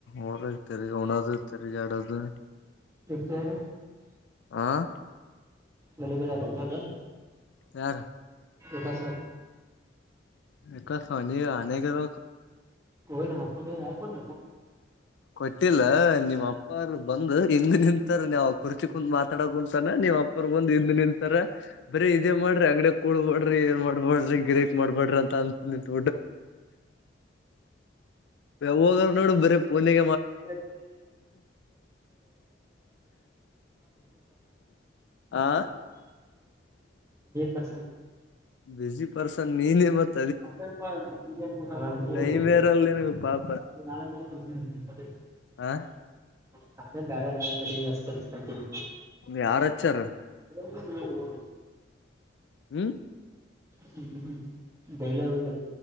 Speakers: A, on the left; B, on the right.
A: ಊರಾಗ ತಿರುಗಿ ಉಣೋದು ತಿರುಗ ಆಡೋದು...
B: ನಿಚಾರ..
A: ಆ <inaudible>
B: ಮಲೆ ಕಲ್ಲ ಆರ ಹದ <inaudible>
A: ಯಾರ.
B: ಇಸ
A: ಇಕ ಸನಿ ಅನೇಕದ
B: ಓಯ್ ನಮ್ಮ ಅಪ್ಪ ಯಾ ಕೊಟ...
A: ಕೊಟ್ಟಿಲ್ಲ ನಿಮ್ಮ್ ಅಪ್ಪಾರ ಬಂದು ಹಿಂದ್ ನಿಂತಾರೆ ನೀವು ಕುರ್ಚಿ ಕುತ್ ಮಾತಾಡ ಕುಂತಾನ ನಿಮ್ಮ್ ಅಪ್ಪರ್ ಬಂದ್ ಹಿಂದ್ ನಿಂತಾರ ಬರೀ ಇದೇ... ಮಾಡ್ರಿ ಅಂಗಡ ಕಡಡ್ಬಡ್ರಿ ಏನ್ ಮಾಡ್ಬಡ್ರಿ ಗಿರಿಕ್ ಮಾಡ್ಬಡ್ರಿ ಅಂತ ಅಂತ... ಟ ಹೋಗ ನೋಡು ಬರ ಪೋನ...
B: <inaudible>
A: ಆ
B: ಅ <inaudible>
A: ಬಿಸಿ ಪರ್ಸನ್ ನೀನ ಮತ್ತೆ...
B: ಮತ್ತ
A: ಟೈಮ್ ಇರಲ್ಲ
B: <unintelligible>
A: ನಿನಗ ಪಾಪ ಆ
B: ಹ ಅದೇ ಬೇಳ ಬದಲ್ಲಿ ವವಸ್ಥತೀವಿ
A: ಯಾರ ಹಚ್ಚಾರ
B: ಎಲ್ಲರು ವರು ಹಡ
A: ಹ್ಮ್
B: ಹ್ಮ್ಮ ಬೇಲೆ ಹಗ